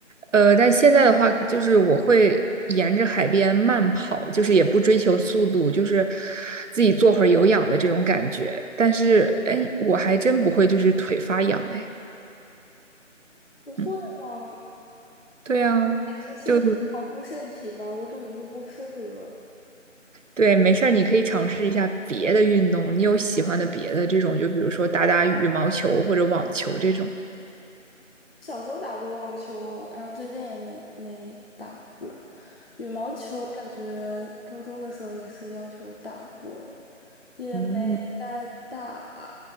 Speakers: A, on the right; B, on the left.
A: 呃，但现在的话，就是我会沿着海边慢跑，就是也不追求速度，就是自己做会儿有氧的这种感觉。但是，哎，我还真不会，就是腿发痒，哎，
B: 不会吗？
A: 嗯，对啊，
B: 是先跑步身体吧，
A: 就
B: 我可能就不适合。
A: 对，没事儿，你可以尝试一下别的运动，你有喜欢的别的这种，就比如说打打羽毛球或者网球这种。
B: 小时候打过网球，然后最近也没没打了。羽毛球感觉高中的时候也是要求打过的，也没再打。
A: <laughs>